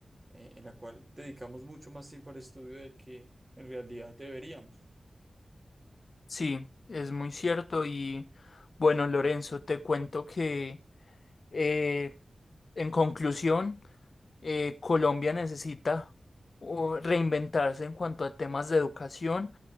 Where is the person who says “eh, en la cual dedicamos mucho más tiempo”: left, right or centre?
Right